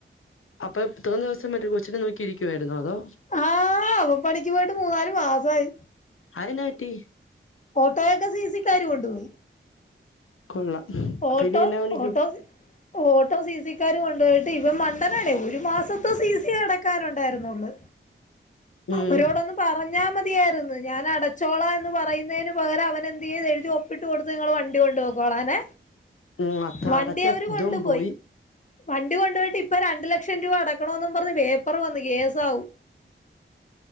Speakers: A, on the left; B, on the left.
A: അപ്പൊ ഇത്രേം ദിവസം മറ്റേ കൊച്ചിനെ നോക്കിയിരിക്കുവായിരുന്നോ അതോ
B: ആഹ് അവ പണിക്ക് പോയിട്ട് മൂന്നാല് മാസായി
A: അതെന്നാപറ്റി
B: ഓട്ടോയൊക്കെ സി സി ക്കാര് കൊണ്ടുപോയി
A: കൊള്ളാം അപ്പൊ
B: ഓട്ടോ
A: ഇനി എന്നാ പണിക്കും
B: ഓട്ടോ ഓട്ടോ സി സി ക്കാര് കൊണ്ടു പോയിട്ട് ഇവൻ മണ്ടനാടി ഒരു മാസത്തെ സി സി അടക്കാൻ ഉണ്ടായിരുന്നുള്ളൂ
A: ഉം
B: അവരോടൊന്നും പറഞ്ഞാ മതിയായിരുന്നു ഞാൻ അടച്ചോളാം എന്ന് പറയുന്നതിന് പകരം അവൻ എന്ത് ചെയ്തു എഴുതി ഒപ്പ് പ്പിട്ട് കൊടുത്ത് നിങ്ങള് വണ്ടി കൊണ്ടുപോക്കോളാന്
A: ഉം അത്
B: വണ്ടി
A: അടച്ച
B: അവര് കൊണ്ടുപോയി
A: ഇതും പോയി
B: വണ്ടി കൊണ്ടു പോയിട്ട് ഇപ്പൊ രണ്ടു ലക്ഷം രൂപ അടക്കണോന്ന് പറഞ്ഞ് പേപ്പർ വന്നു കേസ് ആവും